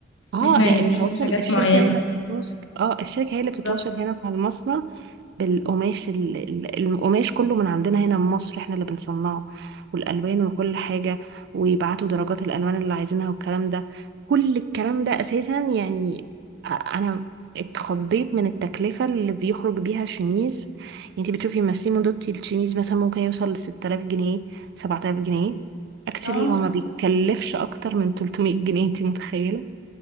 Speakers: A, on the right (about 60°); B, on the left (about 80°).
A: اه
B: ان احنا عايزين
A: لا التواصل
B: حاجات
A: الشركة
B: معينة
A: هي اللي بتتواصل اه الشركة هي اللي
B: بالظبط
A: بتتواصل هنا مع المصنع بالقماش ال- ال- القماش كله من عندنا هنا من مصر احنا اللي بنصنعه والألوان وكل حاجة ويبعتوا درجات الألوان اللي عايزينها والكلام ده كل الكلام ده أساسا يعني أ- أنا اتخضيت من التكلفة اللي بيخرج بيها الشميز يعني انت بتشوفي ماسيمو دوتي الشميز مثلا ممكن يوصل لستة آلاف جنيه سبعة آلاف جنيه اكشلي
B: اه
A: هو ما بيتكلفش أكتر من 300 جنيه انت متخيلة